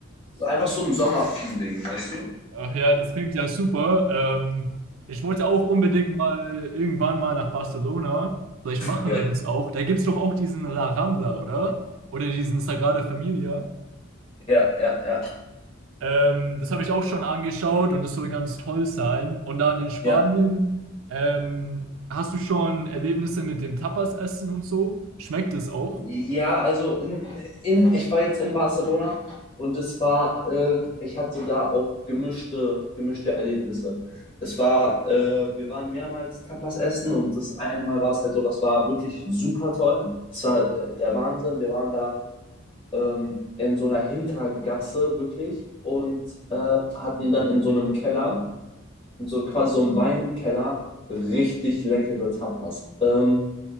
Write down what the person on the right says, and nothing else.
Ach ja, das klingt ja super. Ähm, ich wollte auch unbedingt mal irgendwann mal nach Barcelona. Vielleicht machen
wir das auch. Da gibt es doch auch diesen La Rambla, oder? Oder diesen Sagrada Familia.
Ähm, das habe ich auch schon angeschaut und das soll ganz toll sein. Und dann in Spanien,
ähm, hast du schon Erlebnisse mit dem Tapas-Essen und so? Schmeckt es auch?